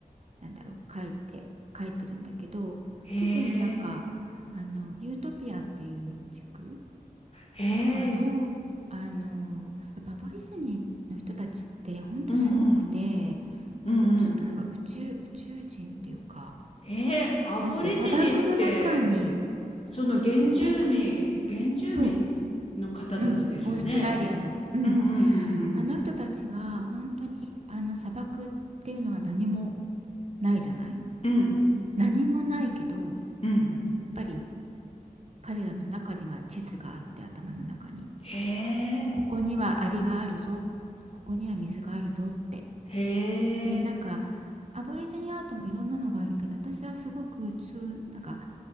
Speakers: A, on the right; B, on the left.
A: なんだろう書いて書いてるんだけど特になんかあのユートピアっていう地区
B: へえ、へえ、
A: とかの、あのやっぱアボリジニの人たちってほんとすごくてまたちょっとなんか宇宙、
B: うんうん、うんうん、
A: 宇宙人っていうか
B: へえ、アボリジニって、
A: だって砂漠の中に
B: その原住民、
A: 砂漠の
B: 原住民の方たちですよね。
A: そううんオーストラリアのうん
B: うんうんうん
A: あの人たちは本当にあの砂漠っていうのは何もないじゃない
B: うん、うん
A: 何もないけど
B: うん、
A: やっぱり彼らの中には地図があって頭の中に
B: へえ、
A: ここにはアリがあるぞここには水があるぞって
B: へえ、
A: でなんかアボリジニアートもいろんなのがあるけど私はすごく中なんか